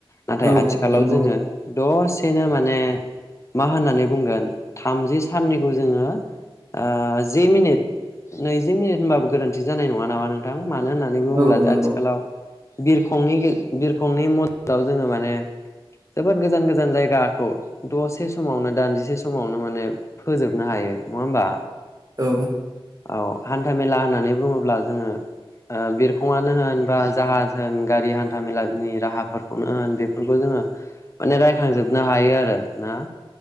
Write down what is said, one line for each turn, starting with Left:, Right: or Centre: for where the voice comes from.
Left: नाथाय
Right: औ
Left: आथिखालाव
Right: नंगौ
Left: जोङो दसे बिदिनो माने मा होन्नानै बुंगोन थामजि साननिखौ जोङो आ जि मिनिट नैजि मिनिट गोरोन्थि जानाय नङा नामा नोंथां? मानो होननानै बुङोब्ला
Right: औ नंगौ
Left: आथिखालाव बिरखंनि गे बिरखंनि मददाव जोङो माने जोबोद गोजान गोजान जायगाखौ दसे समावनो दानजिसे समावनो माने फोजोबनो हायो नङा होमबा?
Right: औ।
Left: औ हान्था मेला होननानै बुङोब्ला जोङो बिरखङानो होन बा जाहाज होन गारि हान्था मेलानि राहाफोरखौनो होन बेफोरखौ जोङो माने रायखांजोबनो हायो आरो ना?